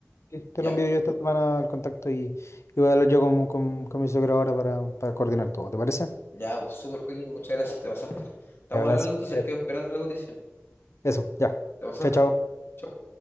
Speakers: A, on the left; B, on the left.
A: Sí, Te
B: Ya,
A: lo envío
B: po.
A: yo esta semana al contacto y, y voy a hablar yo con, con, con mi suegro ahora para, para coordinar todo. ¿Te parece?
B: ya, pues, super Joaquín, muchas gracias, te pasaste. Estamos
A: Me hablas,
B: al habla entonces,
A: cuídate.
B: quedo esperando la cotización,
A: Eso, ya.
B: te pasaste.
A: Chao, chao.
B: Chau.